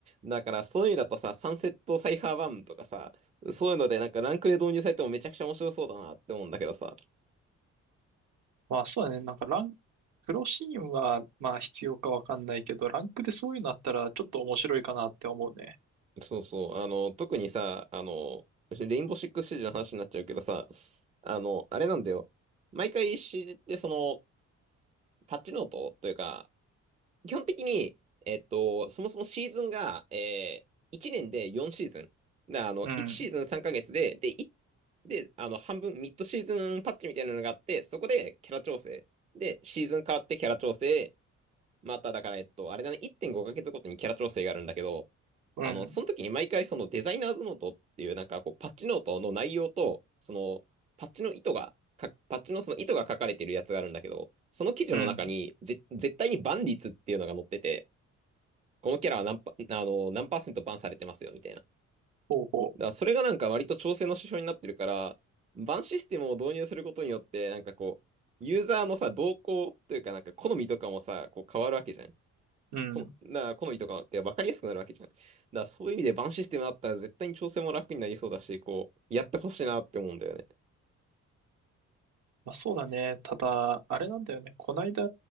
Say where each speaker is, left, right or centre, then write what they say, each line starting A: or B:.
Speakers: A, on the right (about 25°); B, on the right (about 70°).
A: ん。だからそういうのだとさ、サンセットサイファーバーンとかさ、そういうのでなんかランクで導入されてもめちゃくちゃ面白そうだなって思うんだけどさ。
B: まあそうだね、なんかラン、プロシーンはまあ必要かわかんないけど、ランクでそういうのあったらちょっと面白いかなって思うね。
A: そうそう、あの、特にさ、あの、レインボーシックスシージの話になっちゃうけどさ、あの、あれなんだよ。毎回 CG ってその、パッチノートというか、基本的に、えっと、そもそもシーズンが、えー、1年で4シーズン。だからあの、
B: うん、
A: 1シーズン3ヶ月で、で、いで、あの、半分、ミッドシーズンパッチみたいなのがあって、そこでキャラ調整。で、シーズン変わってキャラ調整。まただから、えっと、あれだね、1.5ヶ月ごかげつごとにキャラ調整があるんだけど、
B: うん、
A: あの、その時に毎回そのデザイナーズノートっていうなんかこうパッチノートの内容と、そのパッチの糸が、かパッチのその糸が書かれてるやつがあるんだけど、その記事の中にぜ絶対にバン率っていうのが載ってて、
B: うん、
A: このキャラは何パ、あの、何パーセントバンされてますよみたいな。だか
B: ほうほう。
A: らそれがなんか割と調整の指標になってるから、バンシステムを導入することによって、なんかこう、ユーザーのさ、動向というかなんか好みとかもさ、こう変わるわけじゃん。
B: うん
A: この、な、好みとかって分かりやすくなるわけじゃん。だからそういう意味でバンシステムあったら絶対に調整も楽になりそうだし、こう、やってほしいなって思うんだよね。
B: まあ、そうだね。ただ、あれなんだよね。こないだ、